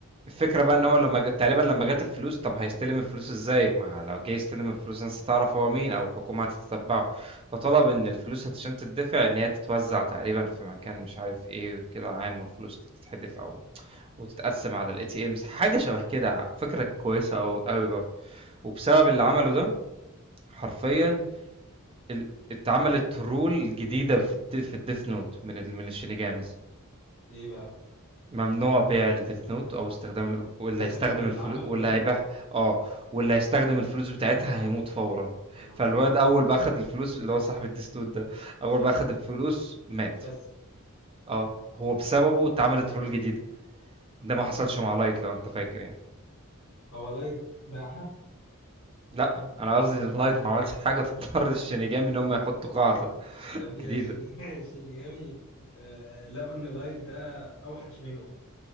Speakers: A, on the right; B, on the left.
A: الفكرة
B: مصلحة
A: بقى ان هو لما جت تقريبا لما جت الفلوس طب هيستلم الفلوس ازاي؟ ما لو جه يستلم الفلوس الناس هتعرف هو مين او الحكومة هتتتبعه فطلب
B: اه
A: ان الفلوس عشان تدفع ان هي تتوزع تقريبا في مكان مش عارف ايه كده عام والفلوس تتحدف او وتتقسم على الاي تي امز حاجة شبه كده فكرة كويسة او قوي برضه وبسبب اللي عمله ده حرفيا ال- اتعملت رول جديدة في الد... في الديث نوت من ال... من الشينيجاميز
B: ايه بقى
A: ممنوع بيع الديث نوت او استخدام ال- واللي
B: بسبب
A: هيستخدم
B: اللي
A: الفلوس
B: عمله الواد
A: واللي هيبيع
B: ده
A: اه واللي هيستخدم الفلوس بتاعتها هيموت فورا
B: يا نهار
A: فالواد
B: اسود
A: اول ما اخد الفلوس اللي هو صاحب الديث نوت ده اول
B: اتفسق
A: ما اخد الفلوس مات
B: اتفسق
A: اه هو بسببه اتعملت رول جديدة ده ما حصلش مع لايت لو انت فاكر يعني
B: هو لايت باعها
A: لا انا قصدي ان لايت ما عملش حاجة تضطر الشينيجامي ان هم يحطوا قاعدة <laughs>
B: يا ابني
A: جديدة
B: شيني- <laughs> شينيجامي آه، لقوا ان لايت ده اوحش منه